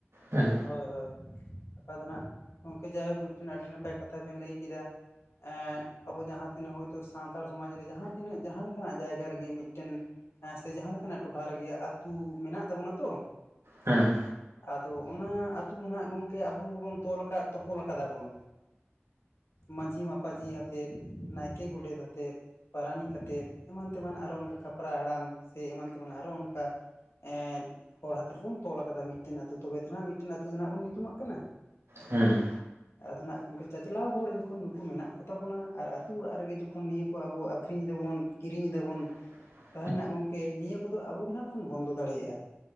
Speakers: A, on the right; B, on the left.
A: ᱦᱮᱸ
B: ᱦᱳᱭ ᱦᱳᱭ ᱠᱟᱛᱷᱟ ᱫᱚ ᱱᱟᱦᱟᱜ ᱜᱚᱝᱠᱮ ᱡᱟᱭᱦᱳᱠ ᱢᱤᱫᱴᱮᱱ ᱟᱹᱰᱤ ᱱᱟᱯᱟᱭ ᱠᱟᱛᱷᱟ ᱵᱮᱱ ᱞᱟᱹᱭ ᱠᱮᱫᱟ ᱮᱸ ᱟᱵᱚ ᱡᱟᱦᱟᱸ ᱛᱤᱱᱟᱹᱜ ᱦᱳᱭᱛᱳ ᱥᱟᱱᱛᱟᱲ ᱥᱚᱢᱟᱡᱽ ᱨᱮ ᱡᱟᱦᱟᱸ ᱛᱤᱱᱟᱹᱜ ᱡᱟᱦᱟᱸ ᱞᱮᱠᱟᱱᱟᱜ ᱡᱟᱭᱜᱟ ᱨᱮᱜᱮ ᱢᱤᱫᱴᱮᱱ ᱦᱮᱸ ᱥᱮ ᱡᱟᱦᱟᱸ ᱞᱮᱠᱟᱱᱟᱜ ᱴᱚᱴᱷᱟ ᱨᱮᱜᱮ ᱟᱹᱛᱩ ᱢᱮᱱᱟᱜ ᱛᱟᱵᱚᱱᱟ ᱛᱚ।
A: ᱦᱮᱸ
B: ᱟᱫᱚ ᱚᱱᱟ ᱟᱹᱛᱩ ᱢᱟ ᱦᱟᱜ ᱜᱚᱝᱠᱮ ᱟᱵᱚ ᱜᱮᱵᱚᱱ ᱛᱚᱞ ᱟᱠᱟᱫ ᱛᱚᱯᱚᱞ ᱠᱟᱫᱟ ᱵᱚᱱ ᱢᱟᱹᱡᱷᱤ ᱢᱟᱯᱟᱡᱷᱤ ᱟᱛᱮᱫ ᱱᱟᱭᱠᱮ ᱜᱚᱰᱮᱛ ᱟᱛᱮᱫ ᱯᱟᱨᱟᱱᱤᱠ ᱠᱟᱛᱮᱫ ᱮᱢᱟᱱ ᱛᱮᱢᱟᱱ ᱟᱨᱚ ᱚᱱᱠᱟ ᱠᱷᱟᱯᱨᱟ ᱦᱟᱲᱟᱢ ᱥᱮ ᱮᱢᱟᱱ ᱛᱮᱢᱟᱱ ᱟᱨᱚ ᱚᱱᱠᱟ ᱮᱸᱫ ᱦᱚᱲ ᱦᱟᱛᱮ ᱠᱚ ᱵᱩᱱ ᱛᱚᱞ ᱟᱠᱟᱫᱟ ᱢᱤᱫᱴᱮᱱ ᱟᱹᱛᱩ ᱛᱚᱵᱮ ᱫᱚ ᱱᱟᱦᱟᱜ ᱢᱤᱫᱴᱮᱱ ᱟᱛᱳ ᱫᱚ ᱦᱟᱜ ᱵᱚᱱ ᱧᱩᱛᱩᱢᱟᱜ ᱠᱟᱱᱟ
A: ᱦᱮᱸ
B: ᱟᱫᱚ ᱱᱟᱦᱟᱜ ᱜᱚᱢᱠᱮ ᱪᱟᱪᱞᱟᱣ ᱦᱚᱲ ᱡᱚᱠᱷᱚᱱ ᱱᱩᱠᱩ ᱢᱮᱱᱟᱜ ᱠᱚᱛᱟ ᱵᱚᱱᱟ ᱟᱨ ᱟᱛᱳ ᱚᱲᱟᱜ ᱨᱮᱜᱮ ᱡᱚᱠᱷᱚᱱ ᱱᱤᱭᱟᱹ ᱠᱚ ᱟᱵᱚ ᱟᱠᱷᱨᱤᱧ ᱫᱟᱵᱚᱱ ᱠᱤᱨᱤᱧ ᱮᱫᱟᱵᱚᱱ
A: <inaudible>
B: ᱛᱟᱦᱚᱞᱮ ᱱᱟᱜ ᱜᱚᱢᱠᱮ ᱱᱤᱭᱟᱹ ᱠᱚᱫᱚ ᱟᱵᱚ ᱜᱮ ᱱᱟᱜ ᱵᱚᱱ ᱵᱚᱱᱫᱚ ᱫᱟᱲᱮᱭᱟᱜᱼᱟ